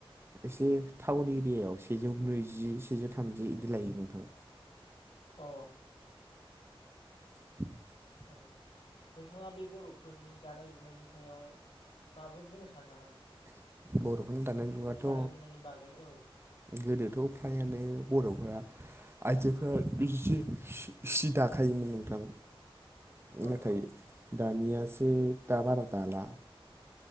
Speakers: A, on the right (about 25°); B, on the left (about 60°).
A: एसे टाउन एरियायाव सेजौ नैजि सेजौ था थामजि इदि लायो नोंथां।
B: अ
A: <unintelligible>
B: औ औ नोंथाङा बे बर'फोरनि दानाय लुनायनि सायाव माबाफोर बुंनो सानो नामा नोंथां
A: बर'फोरनि दानाय लुगाथ'
B: दानाय लुनायनि बागै औ।
A: गोदोथ' फ्रायानो बर'फ्रा आइजोफोरा ब्रैसि सि दाखायोमोन नोंथां।
B: औ
A: नाथाय
B: नोंथां
A: दानियासो दा बारा दाला।